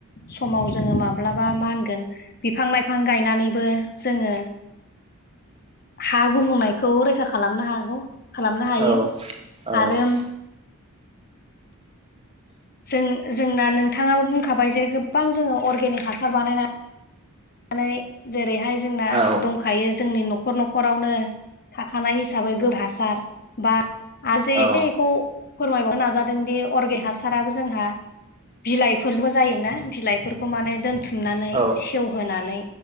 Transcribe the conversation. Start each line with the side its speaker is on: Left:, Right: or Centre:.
Left: समाव जोङो माब्लाबा मा होनगोन बिफां लाइफां गायनानैबो जोङो हा गुबुंनायखौ रैखा खालामनो हागौ खालामनो हायो
Right: औ औ
Left: आरो जों जोंना नोंथाङाबो बुंखाबाय जे गोबां जोङो अर्गेनिक हासार बानायनानै नानै जेरैहाय जोंना
Right: औ
Left: दंखायो जोंनि न'खर न'खरावनो खानाय हिसाबै गोबासार बा आ
Right: औ
Left: एसे एखौ फोरमायबावनो नाजादोंदि अर्गे हासाराबो जोंहा। बिलाइफोरबो जायोना बिलाइफोरखौ माने दोन थुमनानै
Right: औ
Left: सेवहोनानै